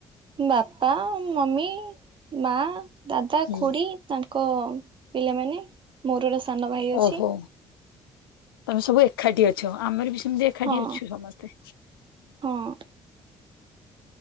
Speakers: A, on the right; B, on the left.
A: ବାପା ମମି ମା ଦାଦା
B: ହୁଁ
A: ଖୁଡ଼ି। ତାଙ୍କ ପିଲାମାନେ ମୋର ସାନ ଭାଇ ଅଛି।
B: ଓହୋ ତମେ ସବୁ ଏଖାଠି ଅଛ ଆମର ବି ସେମିତି ଏକାଠି
A: ହଁ
B: ଅଛୁ ସମସ୍ତେ।
A: ହଁ।